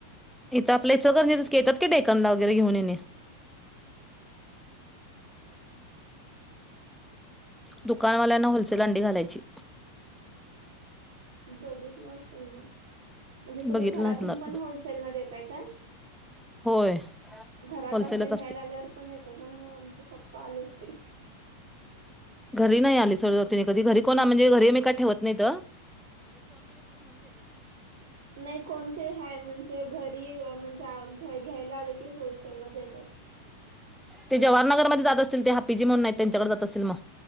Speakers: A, in the centre; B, on the right (about 65°).
A: इथं आपल्या इचलकरंजी तच की तस येतात क डेकनला वगैरे घेऊन येणे. <unintelligible> दुकानवाल्यांना होलसेल अंडी घालायची.
B: बघितलं असेल मग. म्हणजे तुम्ही
A: बघितलं
B: घरातून
A: नसणार
B: पण होलसेलला देताय काय?
A: होय
B: घरात
A: होलसेलच
B: असे
A: असते
B: न्यायला आल्यावर पण येत का मग आमचे पप्पा आले असतील.
A: घरी नाही आली सरजवतीने कधी घरी कोणा म्हणजे घरी मी काय ठेवत नाही इत.
B: नाही कोणते ह म्हणजे घरी म्हणजे घ्यायला आले की होलसेलला देतात.
A: ते जवाहरनगरमध्ये जात असतील ते हापीजी म्हणून नाही त्यांच्याकडे जात असतील मग.